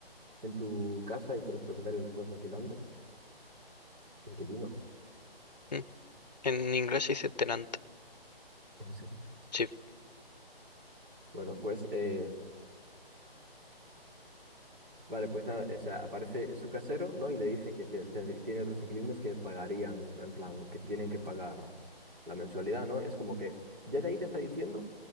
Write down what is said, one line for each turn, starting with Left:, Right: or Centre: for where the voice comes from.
Right: en tu casa y tú eres propietario, lo estás alquilando. Inquilino,
Left: Mm. En inglés se dice tenant,
Right: en serio.
Left: sí.
Right: Bueno, pues eh, Vale, pues nada, o sea, aparece su casero, ¿no? Y le dice que te- tendrí- tiene otros inquilinos que pagarían, en plan, que tienen que pagar la mensualidad, ¿no? Es como que ya de ahí te está diciendo